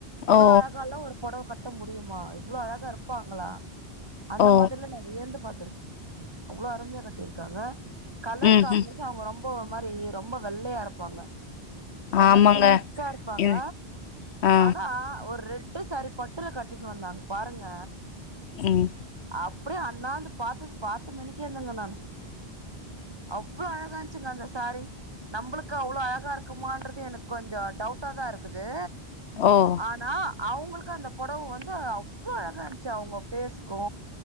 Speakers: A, on the right; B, on the left.
A: இவ்ளா
B: ஓ
A: அழகாலா ஒரு பொடவ கட்ட முடியுமா இவ்வளோ அழகா இருப்பாங்களா அந்த
B: ஓ
A: மாரில நா வியந்து பாத்துருக்கே அவ்ளோ அருமையா கட்டிருக்காங்க கலர்
B: ம்
A: காம்மினேஷன்
B: ம்
A: அவங்க ரொம்ப ஒரு மாதிரி ரொம்ப வெள்ளையா இருப்பாங்க ஒரு
B: ஆமாங்க
A: மா ஃபிங்க்கா இருப்பாங்க
B: இது ஆ
A: ஆனா ஒரு ரெட்டு ஷரிப் பட்டுல கட்டிட்டு வந்தாங்க பாருங்க
B: ம்
A: அப்ரோ அண்ணாந்து பாத்தது பாத்து மேனிக்கே இருந்தேங்க நானு அவ்வளோ அழகாயிருன்சிங்க அந்த ஷரி நம்ளுக்கு அவ்வளோ அழகா இருக்குமன்றது எனக்கு கொஞ்சோ டவுட்டாக தா இருக்குது
B: ஓ
A: ஆனா அவங்களுக்கு பொடவ வந்து அவ்ளோ அழகா இருந்துச்சி அவங்க பேஸ்க்கு